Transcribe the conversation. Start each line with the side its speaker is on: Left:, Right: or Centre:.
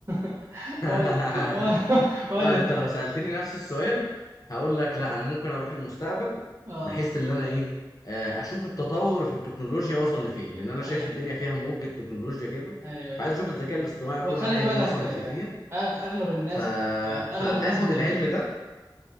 Right: <laughs>
Left: <laughs>
Right: هو اللي هو اللي
Left: لا
Right: هو اللي
Left: انت لو سألتني نفس السؤال هقول لك لا انا ممكن اروح المستقبل
Right: <laughs> اه
Left: بحيث ان انا ايه آه، اشوف التطور في التكنولوجيا وصل لفين لان انا
Right: ايوه
Left: شايف الدنيا فيها موجة تكنولوجيا كده
Right: ايوه أيوه.
Left: فعايز اشوف الذكاء الاصطناعي
Right: وخلي
Left: وكل حاجة
Right: بالك
Left: دي وصلت
Right: آه،
Left: لفين
Right: أغ- اغلب الناس
Left: ف...
Right: آه،
Left: فاخد
Right: اغلب الناس بتعمل
Left: العلم
Right: كده
Left: ده